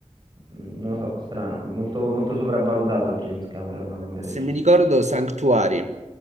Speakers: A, on the right; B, on the right.
A: Mm, Non lo so, strano, molto, molto sopravvalutato James Cameron come
B: Se
A: regista.
B: mi ricordo, Sanctuary.